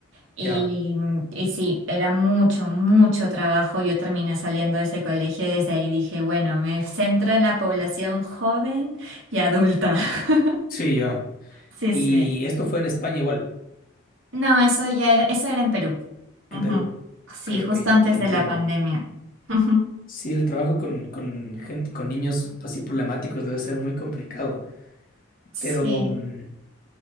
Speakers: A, on the right; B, on the left.
A: Y,
B: ya,
A: mm, y sí, era mucho, mucho trabajo. Yo terminé saliendo de ese colegio y desde ahí dije, bueno, me centro en la población joven y adulta. <laughs>
B: sí, ya.
A: Sí,
B: Y
A: sí.
B: esto fue en España igual,
A: No, eso ya era, eso era en Perú. Ujú.
B: en Perú. Ok,
A: Sí, justo
B: ok,
A: antes
B: entiendo.
A: de la pandemia. <laughs>
B: Sí, el trabajo con, con, gen- con niños así problemáticos debe ser muy complicado,
A: Sí.
B: pero mm,